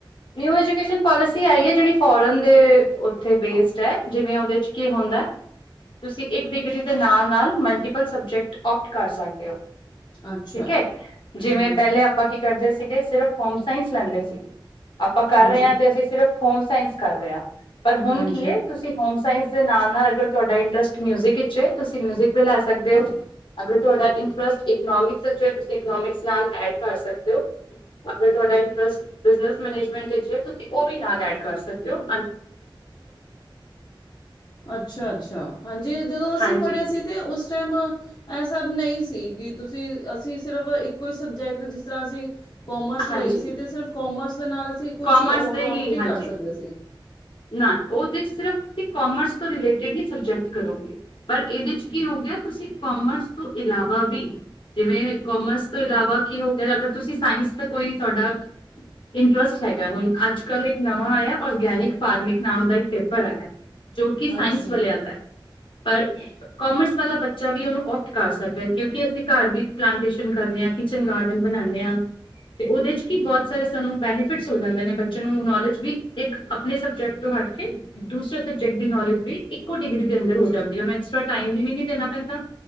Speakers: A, on the left; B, on the left.
A: ਨਿਊ ਐਜੂਕੇਸ਼ਨ ਪੋਲਿਸੀ ਆਈ ਏ, ਜੇੜੀ ਫੋਰਨ ਦੇ ਓਥੇ ਬੇਸਡ ਐ ਜਿਵੇਂ ਓਂਦੇ 'ਚ ਕੀ ਹੁੰਦਾ? ਤੁਸੀਂ ਇੱਕ ਡਿਗਰੀ ਦੇ ਨਾਲ-ਨਾਲ ਮਲਟੀਪਲ ਸਬਜੈਕਟ ਓਪਟ ਕਰ ਸਕਦੇ ਓ।
B: ਅੱਛਾ
A: ਠੀਕ ਏ, ਜਿਵੇਂ
B: ਹੂੰ
A: ਪਹਿਲੇ ਆਪਾਂ ਕੀ ਕਰਦੇ ਸੀਗੇ? ਸਿਰਫ ਹੋਮ ਸਾਇੰਸ ਲੈਂਦੇ ਸੀ। ਆਪਾਂ ਕਰ
B: ਹਾਂਜੀ,
A: ਰਹੇ ਆਂ ਤੇ ਅਸੀਂ ਸਿਰਫ਼ ਹੋਮ ਸਾਇੰਸ ਕਰ ਰਹੇ ਆਂ, ਪਰ ਹੁਨ
B: ਹਾਂਜੀ
A: ਕੀ ਏ ਤੁਸੀ ਹੋਮ ਸਾਇੰਸ ਦੇ ਨਾਲ-ਨਾਲ ਅਗਰ ਤੁਹਾਡਾ ਇੰਟਰਸਟ ਮਿਊਜ਼ਿਕ 'ਚ ਏ, ਤੁਸੀ ਮਿਊਜ਼ਿਕ ਵੀ ਲੈ ਸਕਦੇ ਓ। ਅਗਰ ਤੁਹਾਡਾ ਇੰਟਰਸਟ ਇਕਨੋਮਿਕਸ ' ਤੁਸੀਂ ਇਕਨੋਮਿਕਸ ਨਾਲ ਐਡ ਕਰ ਸਕਦੇ ਹੋ। ਅਗੇ ਤੁਹਾਡਾ ਇੰਟਰਸਟ ਬਿਜਨੈਸ ਮੈਨੇਜਮੈਂਟ ਵਿੱਚ ਤੁਸੀ ਉਹ ਵੀ ਨਾਲ ਐਡ ਕਰ ਸਕਦੇ ਹੋ।
B: ਅੱਛਾ, ਅੱਛਾ ਹਾਂਜੀ ਜਦੋਂ ਅਸੀਂ
A: ਹਾਂਜੀ
B: ਪੜ੍ਹੇ ਸੀ ਤਾਂ ਉਸ ਟਾਈਮ ਇਹ ਸਭ ਨਹੀਂ ਸੀ ਕਿ ਤੁਸੀਂ ਅਸੀਂ ਸਿਰਫ ਇੱਕੋ ਹੀ ਸਬਜੈਕਟ, ਜਿਸ ਤਰ੍ਹਾਂ ਅਸੀਂ ਕੋਮਰਸ
A: ਹਾਂਜੀ
B: ਲਈ ਸੀ ਤੇ ਸਿਰਫ ਕੋਮਰਸ ਦੇ ਨਾਲ ਅਸੀਂ
A: ਕਾਮਰਸ
B: ਕੁਛ ਹੋਰ
A: ਦੇ
B: ਓਪ
A: ਹੀ
B: ਡ ਵੀ
A: ਹਾਂਜੀ
B: ਕਰ ਸਕਦੇ ਸੀ।
A: ਨਾ ਉਹਦੇ 'ਚ ਸਿਰਫ ਤੁਸੀਂ ਕੋਮਰਸ ਤੋਂ ਰਿਲੇਟਿਡ ਹੀ ਸਬਜੈਕਟ ਕਰੋਗੇ। ਪਰ ਇਹਦੇ 'ਚ ਕੀ ਹੋ ਗਿਆ, ਤੁਸੀਂ ਕੋਮਰਸ ਤੋਂ ਇਲਾਵਾ ਵੀ! ਜਿਵੇਂ ਕਾਮਰਸ ਤੋਂ ਇਲਾਵਾ ਕੀ ਹੋ ਗਿਆ ਅਗਰ ਤੁਸੀਂ ਸਾਇੰਸ ਦਾ ਕੋਈ ਤੁਹਾਡਾ। ਇੰਟਰਸਟ ਹੈਗਾ, ਹੁਣ ਅੱਜ ਕੱਲ੍ਹ ਇੱਕ ਨਵਾਂ ਆਇਆ ਔਰਗੈਨਿਕ। ਫਾਰਮਿਕ ਨਾਮ ਦਾ ਇੱਕ ਪੇਪਰ ਆਇਆ ਜੋ ਕਿ ਸਾਇੰਸ
B: ਅੱਛਾ,
A: ਵਾਲਿਆਂ ਦਾ ਹੈ, ਪਰ। ਕਮਰਸ ਵਾਲਾ ਬੱਚਾ ਵੀ ਉਹਨੂੰ ਔਫ ਕਰ ਸਕਦਾ ਹੈ ਕਿਉਂਕਿ ਅਸੀਂ ਘਰ ਵੀ ਪਲਾਂਟੇਸ਼ਨ ਕਰ ਰਹੇ ਹਾਂ ਕਿਚਨ, ਗਾਰਡਨ ਬਣਾਉਂਦੇ ਹਾਂ। ਤੇ ਉਹਦੇ 'ਚ ਕੀ ਬਹੁਤ ਸਾਰੇ ਸਾਨੂੰ ਬੈਨੀਫਿਟਸ ਹੋ ਜਾਂਦੇ ਨੇ ਬੱਚਿਆਂ ਨੂੰ ਨੌਲੇਜ ਵੀ ਇੱਕ ਆ। ਆਪਣੇ ਸਬਜੈਕਟ ਤੋਂ ਹਟ ਕੇ ਦੂਸਰੇ ਸਬਜੈਕਟ ਦੀ ਨੌਲੇਜ ਬੀ ਇੱਕੋ ਡਿਗਰੀ ਦੇ ਅੰਦਰ ਹੋ ਜਾਂਦੀ ਐਕਸਟਰਾ ਟਾਈਮ ਵੀ ਨੀ ਦੇਣਾ ਪੈਂਦਾ।